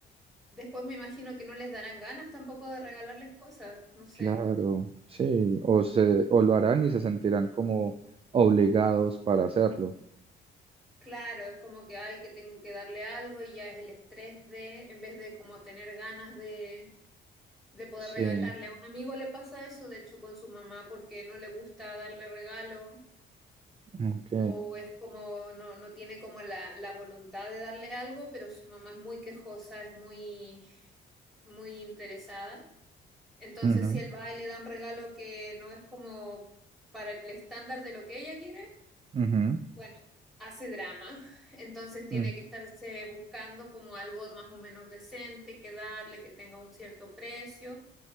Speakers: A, in the centre; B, on the right.
A: después me imagino que no les darán ganas tampoco de regalarles cosas, no sé.
B: Claro, sí, o se, o lo harán y se sentirán como obligados para hacerlo.
A: Claro, es como que hay que tengo que darle algo y ya es el estrés de, en vez de como tener ganas de, de poder
B: Sí,
A: regalarle. A un amigo le pasa eso, de hecho, con su mamá, porque no le gusta darle regalo
B: ok.
A: o es como, no, no tiene como la, la voluntad de darle algo, pero su mamá es muy quejosa, es muy, muy interesada. Entonces,
B: ujú,
A: si él va y le da un regalo que no es como para el estándar de lo que ella quiere,
B: ujú,
A: Bueno, hace drama, entonces tiene
B: mm,
A: que estarse buscando como algo más o menos decente que darle, que tenga un cierto precio